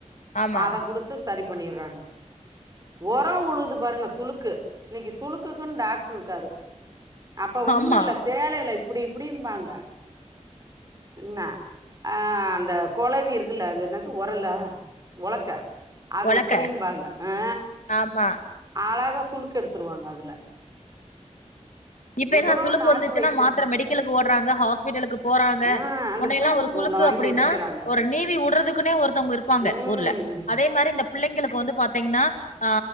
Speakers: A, on the left; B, on the right.
A: ஆமா
B: அத குடுத்து சரி பண்ணிறாங்க ஒரம் உழுது பாருங்க சுலுக்கு இன்னைக்கி சுலுக் குன் டாக்டர் இருக்காரு அப்ப ஒண்ணு
A: ஆமா
B: இல்ல சேலைல இ இப்டி இப்டிம்பாங்க என்ன ஆ அந்த கொலவி இருக்குல்ல அது என்னது ஒரலா ஒழக்க அத
A: ஒலக்க
B: இப்டிம்பாங்க அ
A: ஆமா
B: அழகா சுழுக்கு எடுத்துருவாங்க அதுல
A: இப்ப
B: எவ்வளோ
A: என்ன சுலுக்கு
B: நாட்டு
A: வந்துச்சுன்னா
B: வைத்தியம்
A: மாத்தர மெடிக்கல் ஒட்ராங்க ஹாஸ்பிட்டலுக்கு போறாங்க
B: ஆ அந்த
A: முன்னையல்லா
B: சுளுக்குக்கு
A: ஒரு சுழுக்கு
B: ஒண்ண வாங்கி
A: அப்படின்னா
B: ஒட்டிக்கிறாங்க
A: ஒரு நீவி உடுறதுக்குன்னே ஒருத்தவங்க இருப்பாங்க
B: ம்
A: ஊர்ல அதே மாரி இந்த பிள்ளைங்களுக்கு வந்து பாத்தா பாத்தீங்கனா ஆ